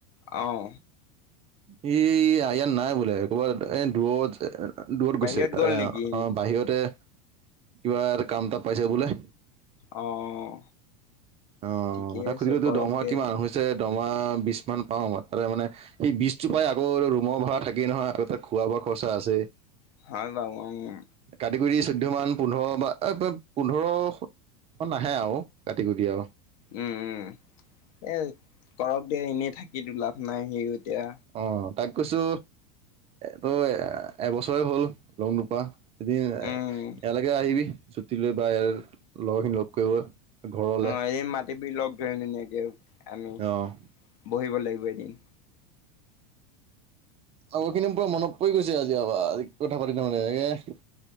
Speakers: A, on the left; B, on the right.
A: অঁহ।
B: সি ইয়াত নাই বোলে ক'ৰবাত এ দূৰত। এ দূৰত
A: বাহিৰত
B: গৈছে
A: গ'ল
B: এ
A: নেকি
B: অহ
A: সি
B: বাহিৰতে কিবা এটা কাম পাইছে বোলে।
A: অহ
B: অহ
A: ঠিকেই
B: মই তাক
A: আছে
B: সুধিলো তো
A: কৰক
B: দৰমহা
A: দে
B: কিমান হৈছে। হৈছে দৰমহা বিচ মান পাওঁ মই তাতে মানে সি বিচ। বিচটো পায় আকৌ ৰুমৰ ভড়া থাকেইে নহয় আকৌ তাত খোৱা বোৱা খৰচা আছেই।
A: হয় বাও উম।
B: কাটি গুৰি চৈধ্য মান পোন্ধৰ বা এ পোন্ধৰ। নাহে আৰু কাটি- কুটি আৰু।
A: উম উম, এ' ঘৰত দে এনেই থাকি লাভ নাই সিও এতিয়া
B: অ' তাক কৈছো তো এ এবছৰে হ'ল লগ নোপোৱা। এদিন
A: উম
B: ইয়ালৈকে আহিবি ছুটি লৈ বা ইয়াৰ লগৰখিনি লগ কৰিব। ঘৰলে
A: অ' এদিন মাট বি লগ ধৰি ধুনীয়াকে আমি
B: অ'
A: বহিব লাগিব এদিন।
B: আৰু সখিনি পূৰা মনত পৰি গৈছে আজি কথা পাতি থ মানে <unintelligible>